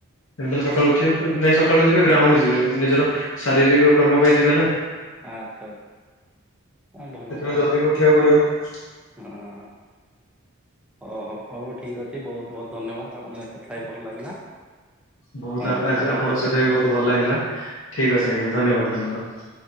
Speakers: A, on the left (about 65°); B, in the centre.
A: ଯେମିତି ହେଲେ ସକାଳୁ ଉଠିବେ ନାଇଁ ସକାଳୁ ଯିବେ ଗ୍ରାଉଣ୍ଡ ଯିବେ ନିଜର ଶାରୀରିକ କର୍ମ ପାଇଁ ଯିବେ ନା।
B: ଆଚ୍ଛା ଆଚ୍ଛା ଭଲ
A: ସେଥିପାଇଁ
B: ଭଲ
A: ଜଲଦି ବି ଉଠିବାକୁ ପଡ଼ିବ।
B: ହଁ। ଓହୋ ହଉ ଠିକ୍ ଅଛି ବହୁତ୍ ବହୁତ୍ ଧନ୍ୟବାଦ୍ ଆପଣଙ୍କ କଥା ହେଇ ଭଲ ଲାଗିଲା।
A: ବହୁତ୍
B: ହଉ
A: ଆ ଆପଣଙ୍କ
B: ମୁଁ ରଖୁଛି।
A: ସହିତ ବି ବହୁତ ଭଲ ଲାଗିଲା ଠିକ୍ ଅଛି ଆଜ୍ଞା ଧନ୍ୟବାଦ୍ ଧନ୍ୟବାଦ୍।